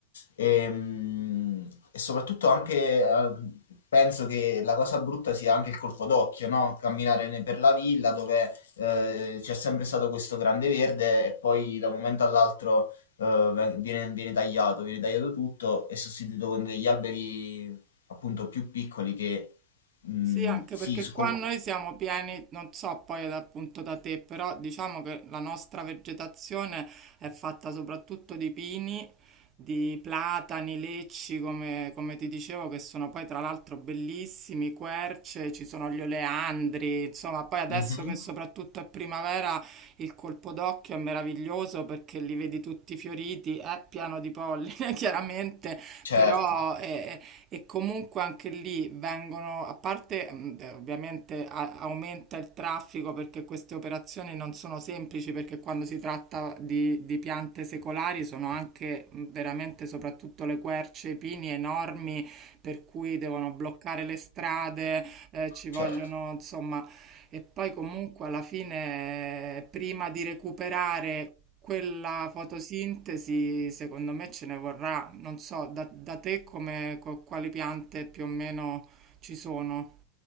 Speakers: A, on the left (about 65°); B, on the right (about 30°).
A: Ehm, E, soprattutto anche eh, penso che la cosa brutta sia anche il colpo d'occhio, no? Camminare ne- per la villa dove eh, c'è sempre stato questo grande verde e poi da un momento all'altro eh, ve- viene, viene tagliato, viene tagliato tutto e sostituito con degli alberi appunto più piccoli che mm,
B: Sì, anche
A: sì,
B: perché
A: su-
B: qua
A: com-
B: noi siamo pieni, non so poi da- appunto da te, però diciamo che la nostra vegetazione è fatta soprattutto di pini, di platani, lecci, come, come ti dicevo, che sono poi tra l'altro bellissimi, querce, ci sono gli oleandri, insomma, poi adesso
A: Mhm,
B: che soprattutto è primavera il colpo d'occhio è meraviglioso perché li vedi tutti fioriti, è pieno di polline <laughs> chiaramente,
A: certo,
B: però... eh, e comunque anche lì vengono, a parte mh, eh, ovviamente a- aumenta il traffico perché queste operazioni non sono semplici perché quando si tratta di, di piante secolari sono anche mh, veramente soprattutto le querce, i pini enormi per cui devono bloccare le strade, eh, ci vogliono
A: certo.
B: insomma e poi comunque alla fine, prima di recuperare quella fotosintesi, secondo me ce ne vorrà. Non so, da, da te come, co- quali piante più o meno ci sono.